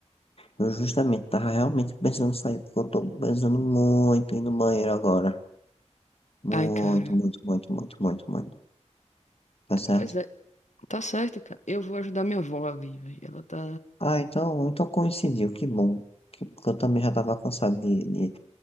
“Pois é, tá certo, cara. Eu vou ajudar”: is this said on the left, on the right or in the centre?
Left